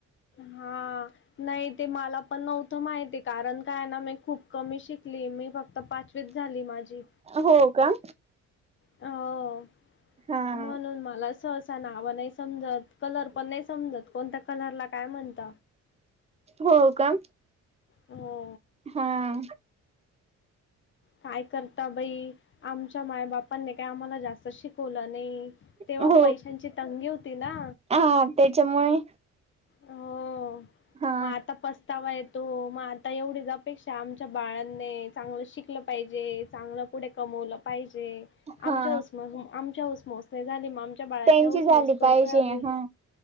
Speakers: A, on the left; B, on the right.
A: हा नाही ते मला पण नव्हतं माहिती कारण काय ना मी खूप कमी शिकली मी फक्त तर पाचवीच झाली माझी
B: हो का?
A: हो
B: हा
A: म्हणून मला सोस नाव नाही समजत कलर पण नाही समजत कोणत्या कलरला काय म्हणत.
B: हो का?
A: हो
B: हा.
A: काय करता बाई आमच्या माय बापांनी काय आम्हाला जास्त शिकवलं नाही. तेव्हा
B: हो
A: पैशांची तंगी होती ना
B: हा त्याच्यामुळे
A: हो
B: हा
A: मग आता पस थवा येतो मग आता एवढीच अपेक्षा आमच्या बाळांने चांगलं शिक पाहिजे चांगलं पुढे कमवलं पाहिजे आम
B: हा
A: आमच्या नाही झाली मग आमच्या बाळाच्या
B: त्यांची
A: हऊसमुस
B: झाली
A: करतोय
B: पाहिजे
A: आम्ही
B: हा